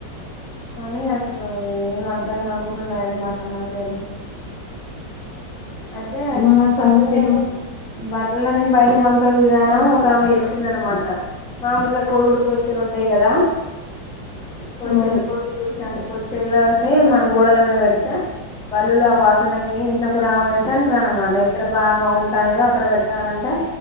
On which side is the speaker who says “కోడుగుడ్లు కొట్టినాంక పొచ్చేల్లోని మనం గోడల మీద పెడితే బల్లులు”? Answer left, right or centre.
Centre